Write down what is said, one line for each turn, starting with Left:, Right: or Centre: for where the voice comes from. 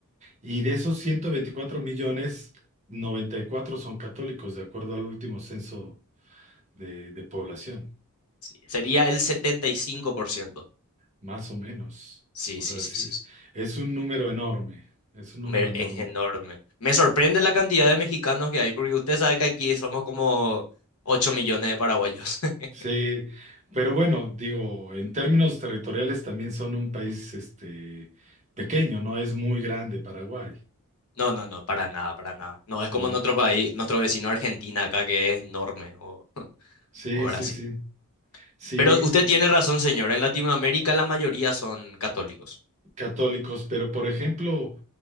Right: Y de esos 124 millones, 94 son católicos, de acuerdo al último censo de, de población,
Left: Sí, sería el setenta y cinco por ciento
Right: más o menos.
Left: Sí,
Right: O
Left: sí,
Right: sea,
Left: sí,
Right: sí,
Left: sí, sí.
Right: es un número enorme, es un
Left: Me-
Right: número enorme.
Left: es enorme. Me sorprende la cantidad de mexicanos que hay, porque usted sabe que aquí somos como 8 millones de paraguayos. <laughs>
Right: Sí, pero bueno, digo, en términos territoriales también son un país este, pequeño, no es muy grande Paraguay,
Left: No, no, no, para nada, para nada. No, es como
Right: ¿no?
Left: en otro país, nuestro vecino Argentina acá, que es enorme, o,
Right: Sí,
Left: o Brasil.
Right: sí, sí. Sí,
Left: Pero usted Sí. tiene razón, señor. En Latinoamérica la mayoría son católicos.
Right: católicos, pero por ejemplo,